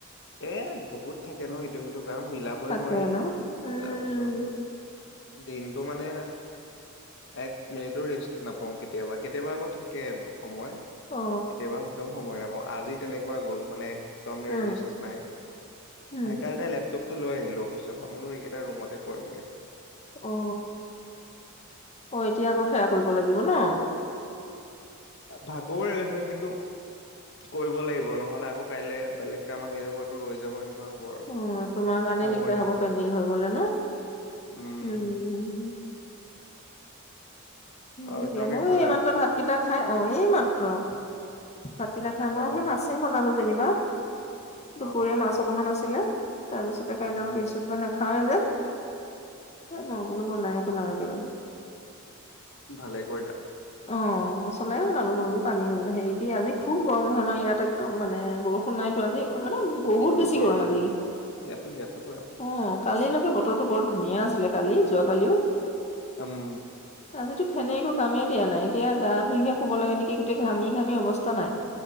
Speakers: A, on the left (about 60°); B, on the left (about 30°).
A: এ বহুত থাকে ন ইটো সিটো কাম মিলাবই
B: তাকে
A: নোৱাৰি
B: ন উম
A: তাৰ পিছত, দিনটো মানে এক মিনিটৰ ৰেষ্ট নাপাও কেতিয়াবা কেতিয়াবা আকৌ থাকে আক। সময়
B: অ
A: কেতিয়াবা একদম সময় নাপাওঁ আজি তেনেকোৱা গ'ল মানে, একদমে
B: উম
A: ৰেষ্ট নাই
B: উম
A: সেইকাৰণে লেপটপটো লৈ আহিলো অফিচৰ মই বোলো এইকেইটা ৰুমতে কৰিমগে।
B: অ অ এতিয়া আকৌ সেয়া কৰিব লাগিব ন?
A: ভাগৰ লাগিছে কিন্তু, কৰিব লাগিব নহলে আকৌ কাইলে বেলেগ কাম আহি যাব এইটো ৰৈ যাব। হ'ব আৰু
B: উম তোমাৰ কাৰণে
A: সময়
B: দিগদাৰ
A: নাপাওঁ
B: হ'ব। পেন দিং হৈ গলে ন?
A: উম
B: উম। হব
A: অ
B: দিয়া।
A: তোমালোকে
B: মই
A: খালা
B: এইমাত্ৰ ভাতকেইটা খাই অ এইমাত্ৰ ভাতকেইটা খাই
A: অ
B: আমাৰ সেই মাছেই বনালো যেনিবা, দুপৰীয়া
A: অ অ
B: মাছ অকমান আছিলে। তাৰপিছতে
A: উম
B: কাইলৈ বৃহস্পতিবাৰ না খাৱে যে। এ মই বোলো বনাইয়ে পেলাওঁ আৰু একেবাৰে।
A: ভালে কৰিলা।
B: অঁ। মছলাই বনালো ময়ো পানী হেৰি দি আজি খুব গৰম নহয় ন ইয় একদম মানে বৰষুণ নাইতো আজি। মানে বহুত
A: ইয়াতো
B: বেছি
A: গৰম
B: গম আজি।
A: ইয়াতো ইয়াতো গৰম
B: অঁ। কালিলৈকে বতৰটো বৰ ধুনীয়া আছিলে, কালি যোৱাকালিও।
A: উম।
B: আজিতো ফেনে একো কামেই দিয়া নাই। এতিয়া গা ধুইহে শুব লাগে নেকি গোটেই ঘামি ঘামি অৱস্থা নাই।